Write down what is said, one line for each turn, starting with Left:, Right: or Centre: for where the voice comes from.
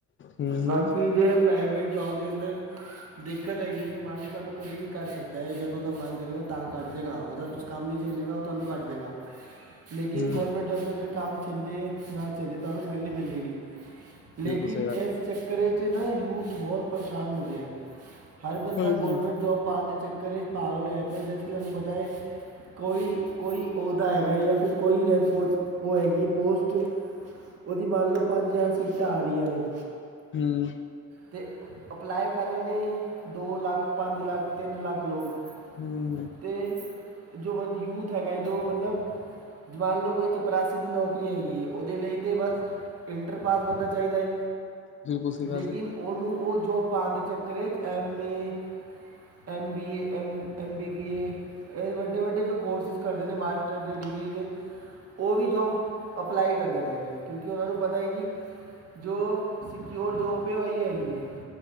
Left: ਹੂੰ ਹੂੰ
Right: ਬਾਕੀ ਜੇ ਪ੍ਰਾਈਵੇਟ ਜੋਬ ਦੇ ਅੰਦਰ ਦਿੱਕਤ ਹੈਗੀ ਕਿ ਮਾਲਿਕ ਸਾਨੂੰ ਕਦੇ ਵੀ ਕੱਢ ਸਕਦੈ ਜਦੋਂ ਓਦਾ ਮਨ ਕਰੇਗਾ ਤਾ ਕੱਢਦੇਗਾ, ਓਦਾ ਕੰਮ ਨੀ ਚੱਲੇਗਾ ਓ ਤੁਆਨੂੰ ਕੱਢ ਦੇਗਾ। ਲੇਕਿਨ
Left: ਹੂੰ
Right: ਗੌਰਮੈਂਟ ਜੋਬ ਦੇ ਅੰਡਰ ਕੰਮ ਚੱਲੇ ਨਾ ਚੱਲੇ ਤੁਹਾਨੂੰ ਸੈਲਰੀ ਮਿਲੇਗੀ। ਲੇਕਿਨ
Left: ਬਿਲਕੁਲ ਸਹੀ ਗੱਲ
Right: ਐਸ
Left: ਹੈ
Right: ਚੱਕਰ ਚ ਨਾ ਯੂਥ ਬੋਹਤ ਪਰਸ਼ਾਨ ਹੋ ਗੇਆ ਏ। ਹਰ ਬੰਦਾ
Left: ਹਾਂਜੀ
Right: ਗੌਰਮੈਂਟ ਜੋਬ ਪਾਣ ਦੇ ਚੱਕਰ ਇੱਚ ਪਾਗਲ ਹੋਏਆ ਪੇਆ, ਜਦਕਿ ਤੁਹਾਨੂੰ ਪਤਾ ਐ ਕੋਈ, ਕੋਈ ਉਹਦਾ ਹੈਗਾ ਹੈ ਯਾ ਫਿਰ ਕੋਈ ਰੈਪੋ। ਉਹ ਹੈਗੀ ਏ ਪੋਸਟ, ਉਹਦੀ ਮੰਨ ਲਓ ਪੰਜ ਹਜ਼ਾਰ ਸੀਟਾਂ ਆ ਰਈਆਂ ਨੇ।
Left: ਹਮ।
Right: ਤੇ ਅਪਲਾਏ ਕਰ ਰਏ ਨੇ ਦੋ ਲੱਖ, ਪਾਂਜ ਲੱਖ, ਤਿੰਨ ਲੱਖ, ਲੋਕ।
Left: ਹਮ।
Right: ਤੇ ਜੋ ਵਦ ਯੂਥ ਹੈਗਾ ਜੋ ਮਤਲਬ, ਜਵਾਨ ਲਓ ਕੋਈ ਚੱ ਪਰਾਸੀ ਦੀ ਨੌਕਰੀ ਹੈਗੀ ਐ, ਉਹਦੇ ਲਈ ਤੇ ਬਸ ਇੰਟਰ ਪਾਸ ਬੰਦਾ ਚਾਈਦਾ ਐ।
Left: ਬਿਲਕੁਲ ਸਹੀ
Right: ਲੇਕਿਨ
Left: ਗੱਲ ਹੈ
Right: ਉਹਨੂੰ ਉਹ ਜੋਬ ਪਾਣ ਦੇ ਚੱਕਰ ਇੱਚ M A M B A, M, M B B A ਏਹ ਵੱਡੇ-ਵੱਡੇ ਜੋ ਕੋਰਸਿਸ ਕਰਦੇ ਨੇ ਮਾਸਟਰ ਦੇ ਡਿਗਰੀ ਦੇ ਉਹ ਵੀ ਜੋਬ ਅਪਲਾਈ ਕਰਦੇ ਪਏ ਨੇ, ਕਿਉਂਕਿ ਉਹਨਾਂ ਨੂੰ ਪਤਾ ਹੈ ਕਿ ਜੋ ਸਕਿਓਰ ਜੋਬ ਐ ਉਹ ਏਹੀ ਹੈਗੀ ਏ,